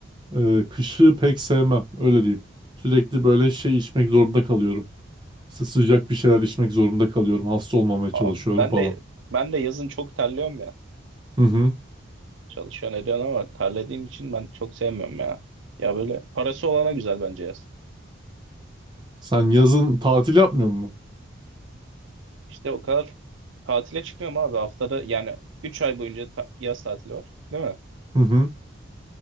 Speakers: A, on the right; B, on the right.
A: e, kışı pek sevmem. Öyle diyeyim. Sürekli böyle şey içmek zorunda kalıyorum. İşte sıcak bir şeyler içmek zorunda kalıyorum. Hasta olmamaya çalışıyorum
B: Abi ben
A: falan.
B: de ben de yazın çok terliyorum ya.
A: Hı hı.
B: Çalışıyorsun ediyorsun ama terlediğim için ben çok sevmiyorum ya. Ya böyle parası olana güzel bence yaz.
A: Sen yazın tatil yapmıyor musun?
B: İşte o kadar tatile çıkmıyorum abi haftada yani 3 ay boyunca ta- yaz tatili var değil mi?
A: Hı hı.